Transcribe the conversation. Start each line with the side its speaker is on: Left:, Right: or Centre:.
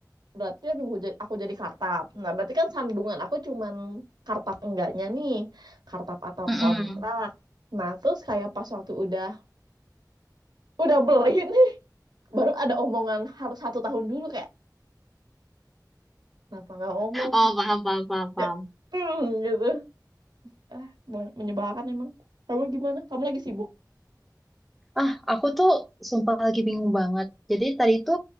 Right: berarti nunggu jadi, aku jadi kartap. Nah berarti kan sandungan aku cuman kartap enggaknya nih, kartap atau
Centre: mm-mm.
Right: kontrak. Nah terus kayak pas waktu udah udah beli <laughs> nih, baru ada omongan harus satu tahun dulu kayak. Kenapa nggak ngomong?
Centre: Oh paham paham paham paham.
Right: Ya, hmm, gitu. Ah, men- menyebalkan emang. Kamu gimana? Kamu lagi sibuk?
Centre: Ah, aku tuh sumpah lagi bingung banget. Jadi tadi tuh